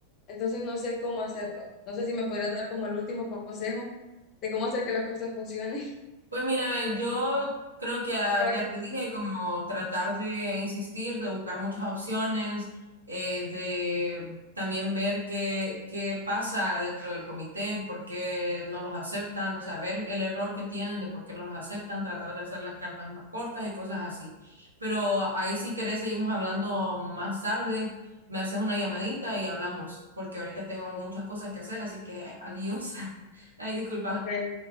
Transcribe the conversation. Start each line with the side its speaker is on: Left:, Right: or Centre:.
Left: Entonces no sé cómo hacerlo. No sé si me podría dar como el último consejo de cómo hacer que las cosas funcionen
Right: Pues mira, eh, yo creo que
Left: <laughs>
Right: ah,
Left: para
Right: ya
Left: que...
Right: te dije, como tratar de insistir, de buscar muchas opciones, eh, de también ver qué, qué pasa dentro del comité, por qué no los aceptan, o sea, ver el error que tienen de por qué no los aceptan, tratar de hacer las cartas más cortas y cosas así. Pero ahí si querés seguimos hablando más tarde, me haces una llamadita y hablamos, porque ahorita tengo muchas cosas que hacer, así que adiós. <laughs> Ay, disculpa.
Left: Ok,